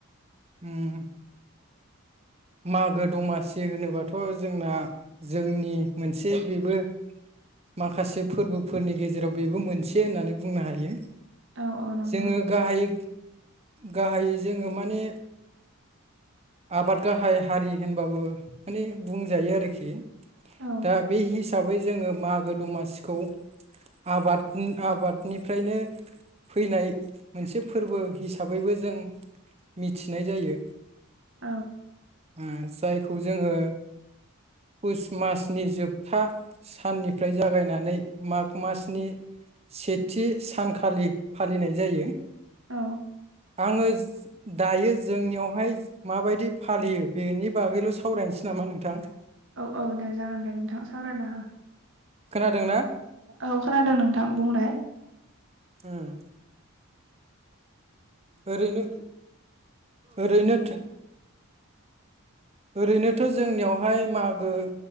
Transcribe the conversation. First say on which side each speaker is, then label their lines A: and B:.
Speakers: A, on the right; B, on the right.
A: ओम मागो दमासि होनोबाथ' जोंना जोंनि मोनसे बेबो माखासे फोरबोफोरनि गेजेराव बेबो मोनसे होननानै बुंनो हायो।
B: औ औ नंगौ
A: जोङो गाहायै गाहायै जोङो माने आबाद गाहाय हारि होनबाबो माने बुंजायो आरोखि।
B: औ
A: दा बे हिसाबै जोङो मागो दमासिखौ आबाद आबादनिफ्रायनो फैनाय मोनसे फोरबो हिसाबैबो जों मिथिनाय जायो।
B: औ
A: ओम जायखौ जोङो पुष मासनि जोबथा साननिफ्राय जागायनानै माग मासनि सेथि सानखालि फालिनाय जायो।
B: औ
A: आङो दायो जोंनियावहाय माबायदि फालियो बेनि बागैल' सावरायनोसै नामा नोंथां?
B: औ औ दे जागोन दे नोंथां सावरायना हो
A: खोनादों ना?
B: औ खोनादों नोंथां बुंलाय
A: उम ओरैनो ओरैनो ओरैनोथ' जोंनियावहाय मागो